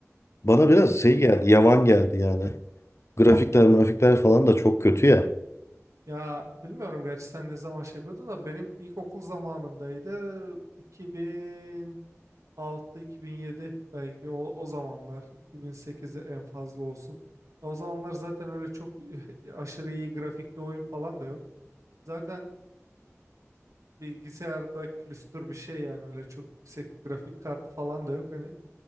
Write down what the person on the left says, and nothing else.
Bana biraz şey geldi, yavan geldi yani. Grafikler, grafikler falan da çok kötü ya.